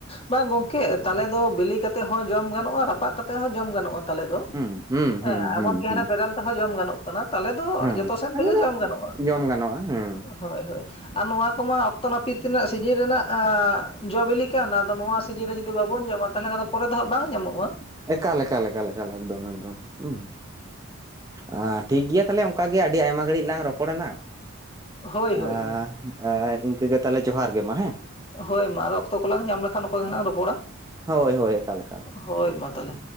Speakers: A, on the left; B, on the right.
A: ᱵᱟᱝ ᱜᱚᱝᱠᱮ ᱛᱟᱞᱮ ᱫᱚ ᱵᱤᱞᱮ ᱠᱟᱛᱮᱜ ᱦᱚᱸ ᱡᱚᱢ ᱜᱟᱱᱚᱜᱼᱟ ᱨᱟᱯᱟᱜ ᱠᱟᱛᱮ ᱦᱚᱸ ᱡᱚᱢ ᱜᱟᱱᱚᱜᱼᱟ᱾ ᱛᱟᱞᱮ ᱫᱚ᱾
B: ᱦᱩᱸ ᱦᱩᱸ ᱦᱩᱸ
A: ᱮ ᱮᱢᱚᱱᱠᱤ
B: ᱦᱩᱸ ᱦᱩᱸ
A: ᱦᱟᱱᱮ ᱵᱮᱨᱮᱞ ᱛᱮᱦᱚᱸ ᱡᱚᱢ ᱜᱟᱱᱚᱜ ᱠᱟᱱᱟ᱾ ᱛᱟᱞᱮ ᱫᱚ
B: ᱦᱮᱸ
A: ᱡᱚᱛᱚ ᱥᱮᱱ
B: ᱛᱟᱦᱚᱞᱮ
A: ᱛᱮᱜᱮ
B: ᱫᱚ
A: ᱡᱚᱢ ᱜᱟᱱᱚᱜᱼᱟ᱾
B: ᱡᱚᱢ ᱜᱟᱱᱚᱜᱼᱟ ᱦᱮᱸ᱾
A: ᱦᱳᱭ ᱦᱳᱭ ᱟᱨ ᱱᱚᱣᱟ ᱠᱚᱢᱟ ᱚᱠᱛᱚ ᱱᱟᱹᱯᱤᱛ ᱨᱮᱱᱟᱜ ᱥᱤᱡᱤᱱ ᱨᱮᱱᱟᱜ ᱟ ᱡᱚ ᱵᱤᱞᱤ ᱠᱟᱱ ᱫᱚ ᱱᱚᱣᱟ ᱥᱤᱡᱤᱱ ᱨᱮ ᱡᱩᱫᱤ ᱵᱟᱵᱚᱱ ᱧᱟᱢᱟ ᱛᱟᱦᱚᱞᱮ ᱠᱷᱟᱱ ᱫᱚ ᱯᱚᱨᱮ ᱫᱚ ᱦᱟᱸᱜ ᱵᱟᱝ ᱧᱟᱢᱚᱜᱼᱟ᱾
B: ᱮᱠᱟᱞ ᱮᱠᱟᱞ ᱮᱠᱟᱞ ᱮᱠᱟᱞ ᱮᱠᱫᱚᱢ ᱮᱠᱫᱚᱢ ᱦᱩᱸ᱾ ᱟ ᱴᱷᱤᱠ ᱜᱮᱭᱟ ᱛᱟᱦᱚᱞᱮ ᱚᱱᱠ ᱜᱮ ᱟᱹᱰᱤ ᱟᱭᱢᱟ ᱜᱷᱟᱹᱲᱤᱡ ᱞᱟᱝ ᱨᱚᱯᱚᱲᱮᱱᱟ᱾
A: ᱦᱳᱭ ᱦᱳᱭ
B: ᱟ
A: ᱦᱳᱭ
B: ᱟᱨ ᱤᱱᱠᱟᱹᱜᱮ ᱛᱟᱞᱦᱮ ᱡᱚᱦᱟᱨ ᱜᱮ ᱢᱟ ᱦᱮᱸ᱾
A: ᱦᱳᱭ ᱢᱟ ᱟᱨᱚ ᱚᱠᱛᱚ ᱠᱚᱞᱟᱟᱝ ᱧᱟᱢ ᱞᱮᱠᱷᱟᱱ ᱚᱠᱟ ᱜᱮ ᱱᱟᱦᱜ ᱨᱚᱯᱚᱲᱟ᱾
B: ᱦᱳᱭ ᱦᱳᱭ ᱮᱠᱟᱞ ᱮᱠᱟᱞ
A: ᱦᱳᱭ ᱢᱟ ᱛᱟᱦᱚᱞᱮ᱾